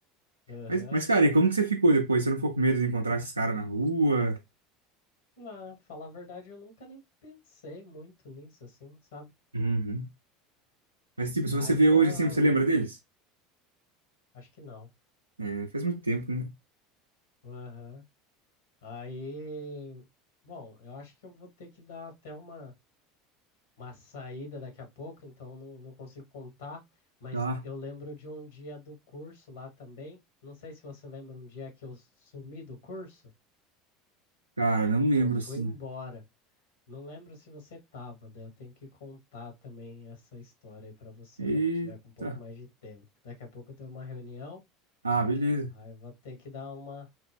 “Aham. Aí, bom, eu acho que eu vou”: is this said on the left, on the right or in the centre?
Left